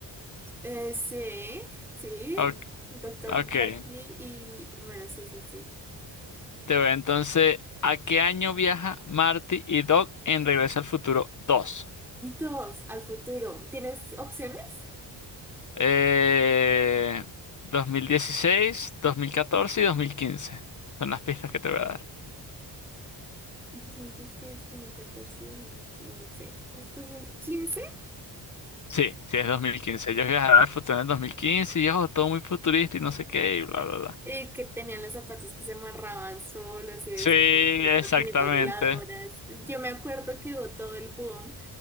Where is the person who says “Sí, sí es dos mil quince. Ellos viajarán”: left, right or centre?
Left